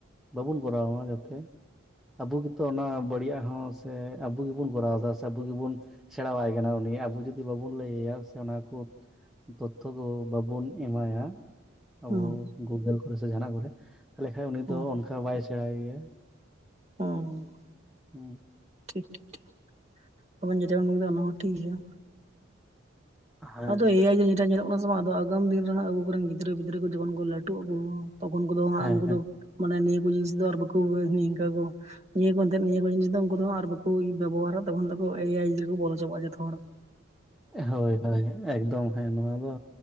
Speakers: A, in the centre; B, on the right.
A: ᱵᱟᱵᱚᱱ ᱠᱚᱨᱟᱣᱟ ᱡᱟᱛᱮ ᱟᱵᱚ ᱜᱮᱛᱚ ᱚᱱᱟ ᱵᱟᱹᱲᱤᱡᱟᱜ ᱦᱚᱸ ᱥᱮ ᱟᱵᱚ ᱜᱮᱵᱚᱱ ᱠᱚᱨᱟᱣ ᱮᱫᱟ ᱥᱮ ᱟᱵᱚ ᱜᱮᱵᱚᱱ ᱥᱮᱬᱟᱣᱟᱭ ᱠᱟᱱᱟ ᱩᱱᱤ ᱟᱵᱚ ᱡᱩᱫᱤ ᱵᱟᱵᱚᱱ ᱞᱟᱹᱭ ᱟᱭᱟ ᱥᱮ ᱚᱱᱟ ᱠᱚ ᱛᱚᱛᱛᱷᱚ ᱠᱚ ᱵᱟᱵᱚᱱ ᱮᱢᱟᱭᱟ ᱟᱵᱚ
B: ᱦᱩᱸ
A: ᱜᱩᱜᱟᱹᱞ ᱠᱚᱨᱮ ᱥᱮ ᱡᱟᱦᱟᱸᱱᱟᱜ ᱠᱚᱨᱮ ᱛᱟᱦᱚᱞᱮ ᱠᱷᱟᱡᱽ ᱩᱱᱤ
B: ᱦᱩᱸ
A: ᱫᱚ ᱚᱱᱠᱟ ᱵᱟᱭ ᱥᱮᱬᱟᱭ ᱜᱮᱭᱟ
B: ᱦᱩᱸ
A: ᱾ᱦᱩᱸ
B: ᱴᱷᱤᱠ ᱴᱷᱤᱠ᱾ ᱴᱷᱤᱠ ᱟᱵᱮᱱ ᱡᱮᱴᱟ ᱵᱮᱱ ᱢᱮᱱ ᱠᱮᱫᱟ ᱚᱱᱟ ᱦᱚᱸ ᱴᱷᱤᱠ ᱜᱮᱭᱟ᱾
A: ᱦᱮᱸ
B: ᱟᱫᱚ ᱮ ᱟᱭ ᱜᱮ ᱡᱮᱴᱟ ᱧᱮᱞᱚᱜ ᱚᱱᱟ ᱥᱚᱢᱚᱭ ᱟᱫᱚ ᱟᱜᱟᱢ ᱫᱤᱱ ᱨᱮᱦᱚᱸ ᱟᱵᱚ ᱠᱚᱨᱮᱱ ᱜᱤᱫᱽᱨᱟᱹ ᱯᱤᱫᱽᱨᱟᱹ ᱠᱚ ᱡᱚᱠᱷᱚᱱ ᱠᱚ ᱞᱟᱹᱴᱩᱜ ᱟᱠᱚ ᱛᱚᱠᱷᱚᱱ ᱠᱚᱫᱚ ᱦᱟᱸᱜ
A: ᱦᱮᱸ
B: ᱩᱱᱠᱩ ᱫᱚ ᱢᱟᱱᱮ ᱱᱤᱭᱟᱹ ᱠᱚ ᱡᱤᱱᱤᱥ ᱫᱚ ᱟᱨ ᱵᱟᱠᱚ ᱱᱤᱝᱠᱟ ᱠᱚ ᱱᱤᱭᱟᱹ ᱠᱚ ᱟᱱᱛᱮᱫ ᱱᱤᱭᱟᱹ ᱠᱚ ᱡᱤᱱᱤᱥ ᱫᱚ ᱩᱱᱠᱩ ᱫᱚ ᱟᱨ ᱵᱟᱠᱚ ᱵᱮᱵᱚᱦᱟᱨᱟ ᱛᱚᱠᱷᱚᱱ ᱫᱚ ᱮᱟᱭ ᱡᱮ ᱨᱮᱠᱚ ᱵᱚᱞᱚ ᱪᱟᱵᱟᱜᱼᱟ ᱡᱷᱚᱛᱚ ᱦᱚᱲ᱾ <inaudible>
A: ᱦᱳᱭ ᱦᱳᱭ ᱮᱠᱫᱚᱢ ᱦᱮᱸ ᱱᱚᱣᱟ ᱫᱚ